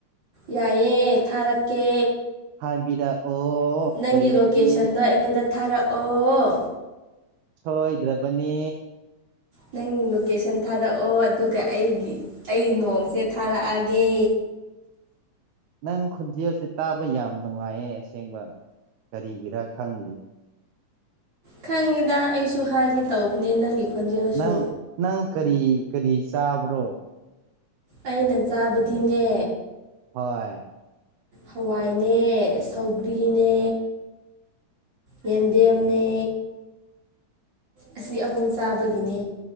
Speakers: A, on the right; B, on the right.
A: ꯌꯥꯏꯑꯦ ꯊꯥꯔꯛꯀꯦ
B: ꯍꯥꯏꯕꯤꯔꯛꯑꯣ
A: ꯅꯪꯒꯤ
B: ꯂꯩꯔꯦꯝꯕꯤ
A: ꯂꯣꯀꯦꯁꯟꯗꯣ ꯑꯩꯉꯣꯟꯗ ꯊꯥꯔꯛꯑꯣ
B: ꯁꯣꯏꯗꯔ꯭ꯕꯅꯦ
A: ꯅꯪ ꯂꯣꯀꯦꯁꯟ ꯊꯥꯔꯛꯑꯣ ꯑꯗꯨꯒ ꯑꯩꯒꯤ ꯑꯩ ꯅꯣꯡꯁꯦ ꯊꯥꯔꯛꯑꯒꯦ
B: ꯅꯪ ꯈꯨꯣꯟꯖꯦꯜꯁꯦ ꯇꯥꯕ ꯌꯥꯝ ꯅꯨꯡꯉꯥꯏꯌꯦ ꯑꯁꯦꯡꯕ ꯀꯔꯤꯒꯤꯔꯥ ꯈꯪꯗꯦ
A: ꯈꯪꯉꯤꯗ ꯑꯩꯁꯨ ꯍꯥꯏꯒꯦ ꯇꯧꯕꯅꯦ ꯅꯪꯒꯤ ꯈꯣꯟꯖꯦꯜꯁꯨ
B: ꯅꯪ ꯅꯪ ꯀꯔꯤ ꯀꯔꯤ ꯆꯥꯕ꯭ꯔꯣ
A: ꯑꯩꯅ ꯆꯥꯕꯗꯤꯅꯦ
B: ꯍꯣꯏ
A: ꯍꯋꯥꯏꯅꯦ ꯁꯧꯒ꯭ꯔꯤꯅꯦ ꯌꯦꯟꯗꯦꯝꯅꯦ ꯑꯁꯤ ꯑꯍꯨꯝ ꯆꯥꯕꯒꯤꯅꯦ